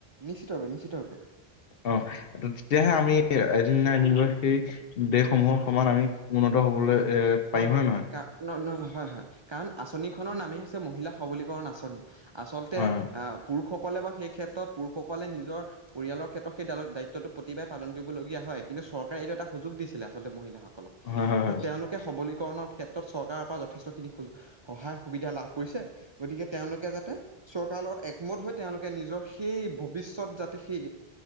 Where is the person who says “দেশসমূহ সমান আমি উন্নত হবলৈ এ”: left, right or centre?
Left